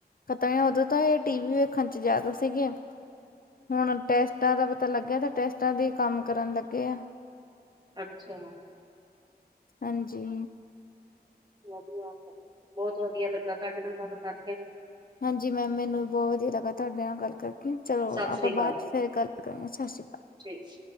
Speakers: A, on the left; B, on the right.
A: ਖਤਮ ਉਦੋਂ ਤਾਂ ਇਹ ਟੀ ਵੀ ਵੇਖਣ 'ਚ ਜ਼ਿਆਦਾ ਸੀਗੇ। ਹੁਣ ਟੈਸਟਾਂ ਦਾ ਪਤਾ ਲੱਗਿਆ ਤਾਂ ਟੈਸਟਾਂ ਦੇ ਕੰਮ ਕਰਨ ਲੱਗੇ ਆ।
B: ਅੱਛਾ।
A: ਹਾਂਜੀ।
B: ਵਧੀਆ, ਬਹੁਤ ਵਧੀਆ ਲੱਗਾ ਤੁਹਾਡੇ ਨਾਲ ਗੱਲ ਕਰਕੇ।
A: ਹਾਂਜੀ ਮੈਮ ਮੈਨੂੰ ਵੀ ਬਹੁਤ ਵਧੀਆ ਲੱਗਾ ਤੁਹਾਡੇ ਨਾਲ ਗੱਲ ਕਰਕੇ। ਚਲੋ
B: ਸਤਿ
A: ਆਪਾਂ
B: ਸ੍ਰੀ ਅਕਾਲ
A: ਬਾਅਦ 'ਚ
B: ਜੀ
A: ਫਿਰ ਗੱਲ ਕਰਾਂਗੇ ਸਤਿ ਸ਼੍ਰੀ ਅਕਾਲ।
B: ਠੀਕ।